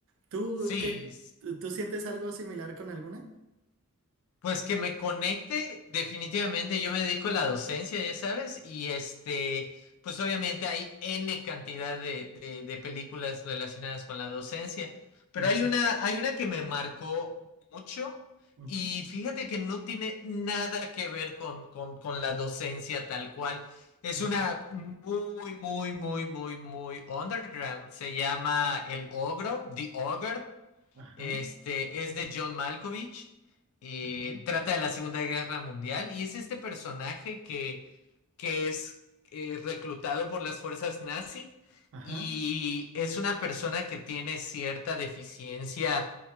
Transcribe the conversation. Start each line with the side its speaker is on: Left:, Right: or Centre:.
Right: ¿Tú
Left: Sí.
Right: qué? ¿Tú, tú sientes algo similar con alguna?
Left: Pues que me conecte, definitivamente yo me dedico a la docencia, ya sabes, y este, pues obviamente hay N cantidad de, de, de películas relacionadas con la docencia, pero
Right: Ujú,
Left: hay una, hay una que me marcó mucho
Right: ujú.
Left: y fíjate que no tiene nada que ver con, con, con la docencia tal cual. Es
Right: Ujú.
Left: una muy, muy, muy, muy, muy underground. Se llama El Ogro, The Ogre
Right: Ajá,
Left: este es de John Malkovich. eh,
Right: ajá,
Left: trata de la Segunda Guerra Mundial y es este personaje que, que es eh, reclutado por las fuerzas nazi
Right: ajá,
Left: y es una persona que tiene cierta deficiencia,